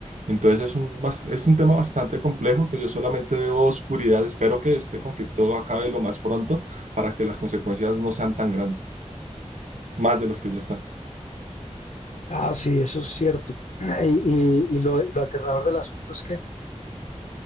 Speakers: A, on the right; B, on the left.
A: Entonces es un, bas- es un tema bastante complejo que yo solamente veo oscuridad. Espero que este conflicto acabe lo más pronto para que las consecuencias no sean tan grandes, más de los que ya están.
B: Ah, sí, eso es cierto. <clears throat> Y, y- y lo, lo aterrador del asunto es que